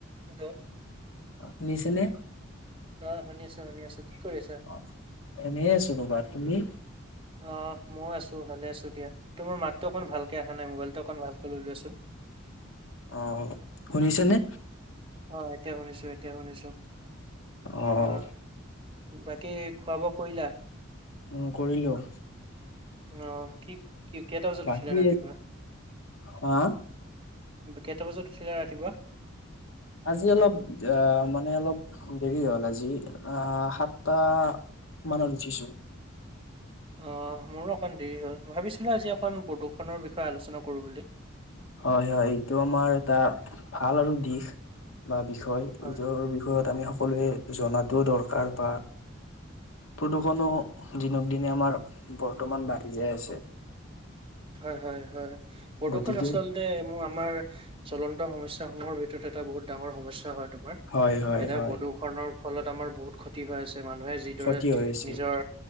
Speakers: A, on the right; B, on the left.
A: Hello
B: শুনিছেনে?
A: অ, শুনি আছো শুনি আছো। কি কৰিছা
B: অ এনেই আছো ৰবা। তুমি?
A: অ মইয়ো আছো ভালে আছো দিয়া। তোমাৰ মাতটো অকণ ভালকে অহা নাই মোবাইলটো অকণ ভালকে লৈ লোৱাচোন। <unintelligible>
B: অ শুনিছে নে?
A: অ এতিয়া শুনিছো এতিয়া শুনিছো।
B: অহ।
A: আহ বাকী খোৱা-বোৱা কৰিলা?
B: উম কৰিলো।
A: অ কি কি কেইটা বজাত
B: বাকী
A: উঠিলা ৰাতিপুৱা?
B: হা,
A: কেইটা বজাত উঠিলা ৰাতিপুৱা?
B: আজি অলপ আহ মানে অলপ দেৰি হ'ল আজি আহ সাতটা মানত উঠিছো।
A: অহ মোৰো অকণ দেৰি হ'ল, ভাবিছিলো আজি অকণ প্ৰদূ্ষনৰৰ বিষয়ে আলোচনা কৰো বুলি।
B: হয় হয়, এইটো আমাৰ এটা ভাল আৰু দিশ বা বি বিষয় এইটোৰ
A: হয়
B: বিষয়ত আমি সকলোৱে জনাটো দৰকাৰ বা প্ৰদূষণো দিনক দিনে আমাৰ বৰ্তমান বাঢ়ি যাই আছে।
A: হয় হয় হয় প্ৰদূষণ
B: গতিকে
A: আচল তে মোৰ আমাৰ জ্বলন্ত সমস্যাসমূহৰ ভিতৰত এটা বহুত ডাঙৰ সমস্যা হয় তোমাৰ
B: হয়, হয়,
A: এতিয়া
B: হয়,
A: প্ৰদূষণৰ ফলত আমাৰ বহুত ক্ষতি হৈ আছ ছে। মানুহে যিদৰে
B: ক্ষতি হৈ আছে।
A: নিজৰ